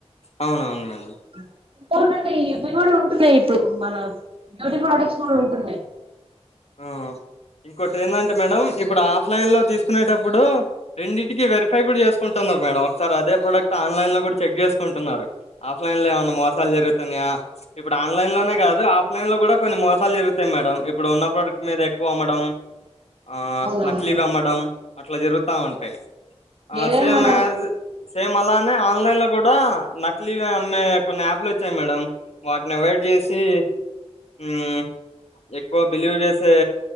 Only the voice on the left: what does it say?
అవునవును మేడం
ఆ ఇంకోటి ఏందంటే మేడం ఇప్పుడు ఆఫ్లైన్ లో తీసుకునేటప్పుడు రెండింటికి వెరిఫై కూడా చేసుకుంటున్నారు మేడం ఒకసారి అదే ప్రొడక్ట్ ఆన్లైన్ లో కూడా చెక్ చేసుకుంటున్నారు. ఆఫ్లైన్ లొ ఏమన్నా మోసాలు జరుగుతాన్నాయా? ఇప్పుడు ఆన్లైన్ లోనే కాదు ఆఫ్లైన్ లొ కూడా కొన్ని మోసాలు జరుగుతాయి మేడం ఇప్ ఇప్పుడు ఉన్న ప్రోడక్ట్ మీద ఎక్కువ అమ్మడం ఆ
నకిలీవి అమ్మడం అట్లా జరుగుతా ఉంటాయ్. ఆ
సేమ్
యాజ్ సేమ్ అలానె ఆన్లైన్ లొ కూడా నకిలీవి అమ్మే కొన్ని యాప్లోచ్చాయి మేడం వాటిని అవయిడ్ చేసి మ్మ్ ఎక్కువ బిలీవ్ చేసే